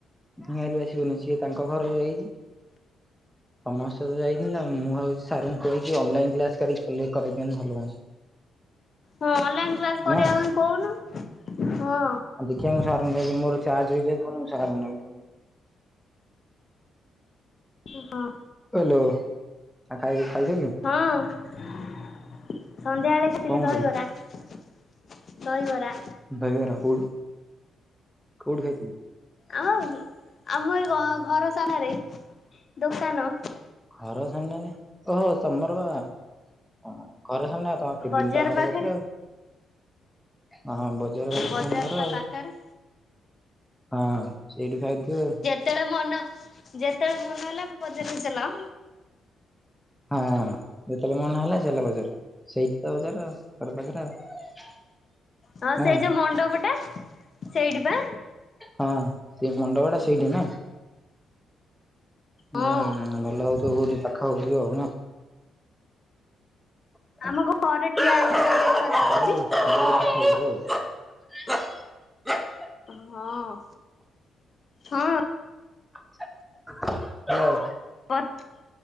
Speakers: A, in the centre; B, on the left (about 40°).
A: ନିହାର୍ ବି ଆସିବନି ସିଏ ତାଙ୍କ ଘରକୁ ଯାଇଛି। ସମସ୍ତେ ତ ଯାଇଛନ୍ତି ନା ମୁଁ ଆଉ ସାରଙ୍କୁ କହିକି ଅନଲାଇନ୍ କ୍ଲାସ୍ କରି କାଲି କରେଇ ଦିଅନ୍ତେ ଭଲ ହୁଅନ୍ତା। <inaudible>
B: ହଁ ଅନଲାଇନ୍ କ୍ଲାସ୍ କରିବା
A: ନା।
B: ପାଇଁ କହୁନୁ ହଁ।
A: ହଁ ଦେଖିବା ମୁଁ ସାରଙ୍କୁ କହି ଦେବି ମୋର ଚାର୍ଜ ହେଇଯାଉ ଫୋନ ମୁଁ ସାରଙ୍କୁ ନହେଲେ କଲ୍ କରିବି।
B: ହଁ।
A: ହ୍ୟାଲୋ ଆଉ ଖାଇ ଖାଇ ସାଇଲୁଣୁ?
B: ହଁ ସନ୍ଧ୍ୟା ବେଳେ ଖାଇଥିଲି
A: କଣ
B: ଦହି
A: ଖାଇଲୁ?
B: ବରା। ଦହି ବରା।
A: ଦହି ବରା କେଉଠୁ କେଉଠୁ ଖାଇ ଥିଲୁ?
B: ଆମ ଆଉ ଆମ ଏ ଘ ଘର ସାମ୍ନାରେ ଦୋକାନ।
A: ଘର ସାମ୍ନାରେ ଓଃ ହୋ ତମର୍ ବା ହଁ ଘର ସାମ୍ନାରେ ତମ କେବିନ୍
B: ବଜାର
A: ଟା ଘର
B: ପାଖରେ
A: କତିରେ ଆଉ। ହଁ ହଁ ବଜାର ପାଖରେ
B: ବଜାର
A: ତମ ଘର
B: ପା
A: ଆଉ।
B: ପାଖରେ।
A: ହଁ ହଁ ସେଇଠୁ ଖାଇଥିବେ ଆଉ।
B: ଯେତେବେଳେ ମନ ଯେତେବେଳେ ମନ ହେଲା ବଜାରକୁ ଚାଲ।
A: ହଁ ଯେତେବେଳେ ମନ ହେଲା ଚାଲ ବଜାରକୁ ସେଇଠି ତ ବଜାର ଆଉ ଘର ପାଖରେ ଆଉ।
B: ହ
A: ନା
B: ସେଇ ଯୋଉ ମଣ୍ଡପ ଟା ସେଇଠି ପା।
A: ହଁ ସେ ଯୋଉ ମଣ୍ଡପ ଟା ସେଇଠି ନା? ହୁଁ
B: ହଁ।
A: ଭଲ୍ ଲାଗୁଥିବ ବୋହୁତ୍ ପାଖ ହୋଉଥିବା ଆଉ ନା? <unintelligible>
B: ଆମ ଘରେ ଠିଆ ହେଲେ ବା ଦେଖା ଯାଉଛି
A: <unintelligible>
B: ହଁ ହଁ।
A: <unintelligible>
B: <unintelligible>